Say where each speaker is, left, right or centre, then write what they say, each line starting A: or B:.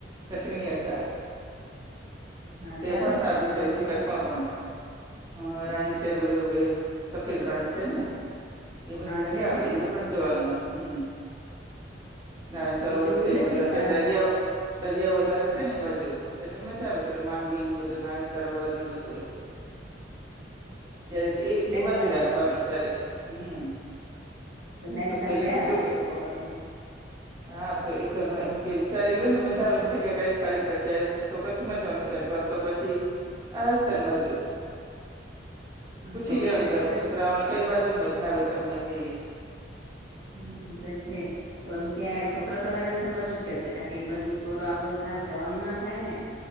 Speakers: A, on the right (about 20°); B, on the right (about 85°).
A: કચ્છની યાત્રા
B: હા
A: તે પણ સારું
B: તો
A: છે
B: કચ્છની
A: બધું કચ્છમાં
B: યાત્રા
A: પણ હ રણ છે બધું એ સફેદ રણ છે ને એ બધું
B: હા
A: મજા
B: છે
A: આવે
B: ને હા
A: એ પણ જોવાનું હમ નાયણસરોવર
B: તો જોયું
A: છે એ
B: નથી
A: બધા
B: પણ
A: તે દરિયો દરિયા વધારે છેન એ બાજુ એટલે મજા આવે, થોડી માંડવીન બધું નારણસરોવર ને બધુ
B: <inaudible>
A: ક્યારેક એ
B: નેક્સ્ટ
A: એ બાજુ
B: ટાઈમ
A: રાખવાનું ક્યારેક હમ
B: નેક્સ્ટ
A: તો
B: ટાઈમ
A: પેલેથી
B: ત્યાં રાખશું
A: થોડુંક
B: તો પછી
A: હા તો એ ઘરમાં એમ કે વિચારેલું હો ને મજા આવે એમ થ કે ક સ્થળે ક્યારે તો પછી મજાનું છેન, કો તો પછી આરસ્થાન બાજુ
B: હા
A: પૂછી
B: તો
A: લેવાનું
B: વિચાર
A: ઘરમાં
B: કરી
A: છોકરાઓને કઈ બાજુ મજા આવે તમને કઈ એ.
B: હમ્મ, એ તો છે. તો એમ કે આ છોકરાઓતો રાજસ્થાન બાજુ જ કેશે, કારણ કે ઈ બાજુ કોરો આપડો ખાસ જવાનું ના થાય ને.